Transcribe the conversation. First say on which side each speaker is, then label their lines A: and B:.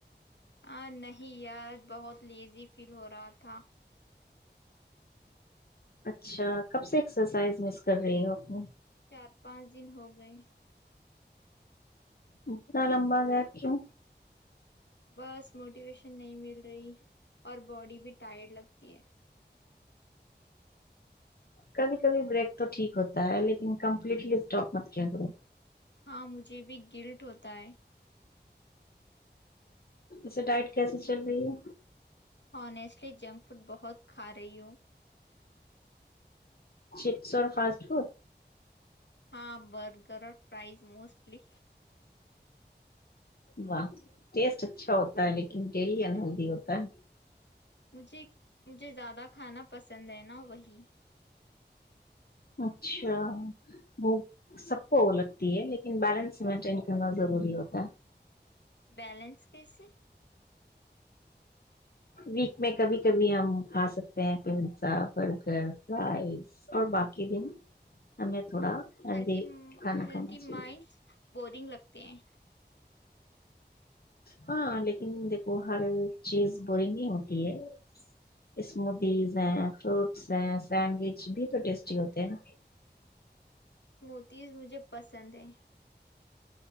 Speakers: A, on the left (about 75°); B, on the left (about 60°).
A: آ نہیں یار بہت لیزی فیل ہو رہا تھا
B: اچھا کب سے ایکسرسائز مس کر رہی ہو اپنے
A: چار پانچ دن ہو گئے
B: اتنا لمبا گیپ کیو
A: بس موٹیویشن نہیں مل رہی اور باڈی بھی ٹائرڈ لگتی ہے
B: کبھی کبھی بریک تو ٹھیک ہوتا ہے لیکن کمپلیٹلی اسٹاپ مت کیا کرو
A: ہاں مجھے بھی گلٹ ہوتا ہے
B: ویسے ڈائٹ کیسے چل رہی ہے
A: ہنیسٹلی جنک فوڈ بہت کھا رہی ہوں
B: چپس اور فاسٹ فوڈ
A: ہاں برگر اور فرائز موسٹلی
B: واہ ٹیسٹ اچھا ہوتا ہے لیکن ڈیلی ان ہیلدی ہوتا ہے
A: مجھے مجھے زیادہ کھانا پسند ہے نا وہی
B: اچھا وہ سب کو وہ لگتی ہے لیکن بیلنس مینٹین کرنا ضروری ہوتا ہے
A: بیلنس کیسے
B: ویک میں کبھی کبھی ہم کھا سکتے ہیں پیزا برگر فرائز اور باقی دن ہمیں تھوڑا ہیلدی
A: ہیلتم
B: کھانا
A: ہیلتھم
B: کھانا چاہیے
A: مائنڈس بورنگ لگتے ہیں
B: ہاں لیکن دیکھو ہر چیز بورنگ ہی ہوتی ہے اسموتیز ہیں فروٹس ہیں سینڈوچ بھی تو ٹیسٹی ہوتے ہیں نا
A: اسموتیز مجھے پسند ہیں